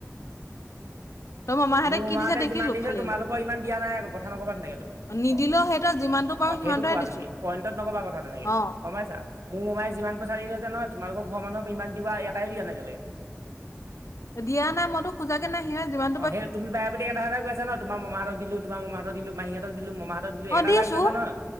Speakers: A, on the left; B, on the right.
A: তই মমাহঁতে
B: মোৰ মোমাহঁতে
A: কি দিছে দেখিলো
B: যিমান দিছে,
A: ফালিলে
B: তোমালোকৰ ইমান দিয়া নাই আকৌ। কথা নকবা তেনেকে তুমি।
A: নিদিলেও
B: অ'।
A: সিহঁতৰ যিমানটো পাৰো
B: অ'
A: সিমানটোৱে
B: সেইটো কোৱা
A: দিছো
B: তুমি। পইণ্টত নকবা কথা তেনেকে।
A: অ
B: গম পাইছা? মোৰ মোমাই যিমান পইচা দি থৈছে নহয়, তোমালোকৰ ঘৰৰ মানুহক সিমান কিবা এটাও দিয়া নাই এতিয়ালেকে।
A: দিয়া নাই। মইতো খোজাকে নাই। সিয়ে যিমান
B: অ' সেইটো তুমি বাৰেপ্ৰতি এটা কথাই কৈ আছা ন', তোমাৰ মোমাহঁতক দিলোঁ - তোমাৰ মোমাহঁতক দিলোঁ, মাহীহঁতক দিলোঁ, মোমাহঁতক দিলোঁ
A: অ
B: এটা
A: দিছো
B: কথাই কৈ আছা ন'?